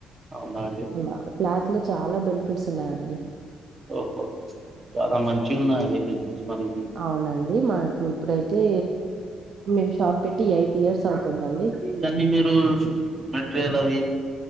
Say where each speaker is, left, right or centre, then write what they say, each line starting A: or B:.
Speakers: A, on the right; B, on the right.
A: అవునా అండి
B: అలా క్లాత్ లో చాలా బెనిఫిట్స్ ఉన్నాయండి
A: ఓహో చాలా మంచిగా ఉన్నదండి అ బిజినెస్ పరిది
B: అవునండి మాకు ఇప్పుడైతే మేం షాప్ పెట్టి ఎయిట్ ఇయర్స్ అవుతుందండి
A: కానీ మీరు మెటీరియల్ అవి